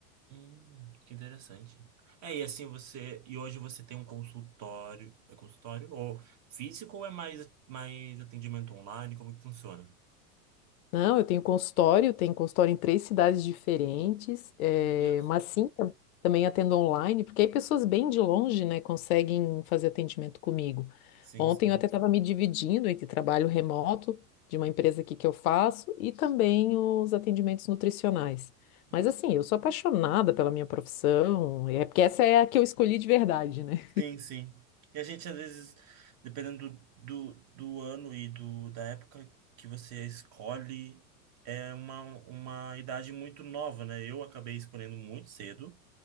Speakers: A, on the right (about 35°); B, on the left (about 65°).
A: Hum, que interessante. É, e assim você. E hoje você tem um consultório. É consultório? Ou físico ou é mais, mais atendimento online? Como que funciona?
B: Não, eu tenho consultório, tenho consultório em três cidades diferentes, eh,
A: Meu Deus.
B: mas sim, tam- também atendo online, porque aí pessoas bem de longe, né, conseguem fazer atendimento comigo.
A: Sim,
B: Ontem
A: sim.
B: eu até estava me dividindo entre trabalho remoto de uma empresa aqui que eu faço e também os atendimentos nutricionais.
A: Hum.
B: Mas assim, eu sou apaixonada pela minha profissão, é porque essa é a que eu escolhi de verdade, né?
A: Sim, sim. E a gente, às vezes, dependendo do, do, do ano e do, da época que você escolhe, é uma, uma idade muito nova, né? Eu acabei escolhendo muito cedo.